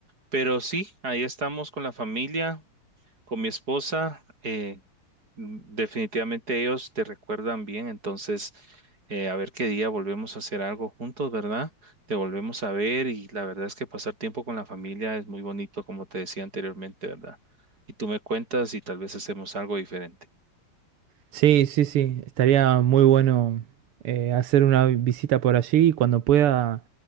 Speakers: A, on the right; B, on the right.
A: pero sí, ahí estamos con la familia, con mi esposa. eh, mm, definitivamente ellos te recuerdan bien. Entonces, eh, a ver qué día volvemos a hacer algo juntos, ¿verdad? Te volvemos a ver y la verdad es que pasar tiempo con la familia es muy bonito, como te decía anteriormente, ¿verdad? Y tú me cuentas y tal vez hacemos algo diferente.
B: Sí, sí, sí, estaría muy bueno eh, hacer una visita por allí y cuando pueda